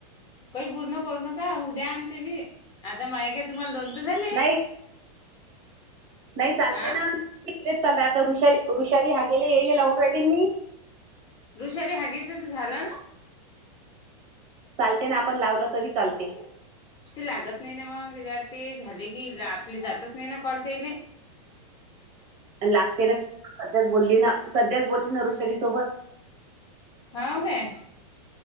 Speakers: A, on the left; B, on the right.
A: कही पूर्ण करू नका हूद्या आमची बी आता माय काय तुम्हाला दोन त झाले.
B: नाही नाही चालते
A: आ
B: ना तेच चालत आता रुषाली ऋषाली हागेले येले लावून राहिली न मी.
A: ऋषाली हागेच त झालं ना?
B: चालते ना आपण लावलं तरी चालते.
A: ते लागत नही ना मग त्याच्यावर ते झाले की आपले जातच नाही ना कॉल तेले.
B: आण लागते ना सध्याच बोलली ना सध्याच बोलली न वृषाली सोबत.
A: हाव काय?